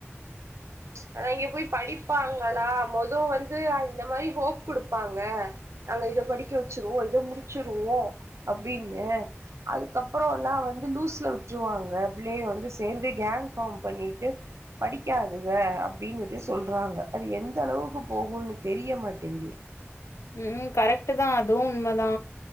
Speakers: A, on the right; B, on the left.
A: அதா இங்க போய் படிப்பாங்களா மொத் க்கு வந்து இந்த மாரி ஹோப் குடுப்பாங்க நாங்க இத படிக்க வெச்சிருவோ இத முடிச்சிருவோ அப்பிடின்னு அதுக்கப்புறோ எல்லா வந்து லூஸ்ல விட்டுருவாங்க பிள்ளைக வந்து சேந்து கேங் ஃபார்ம் பண்ணிட்டு படிக்காது துக அப்பிடின்னுட்டு சொல்றாங்க அது எந்த அளவுக்கு போகும்ன்னு தெரிய மாட்டேங்கு
B: உம் கரெக்ட்டு தா அதுவு உண்மதா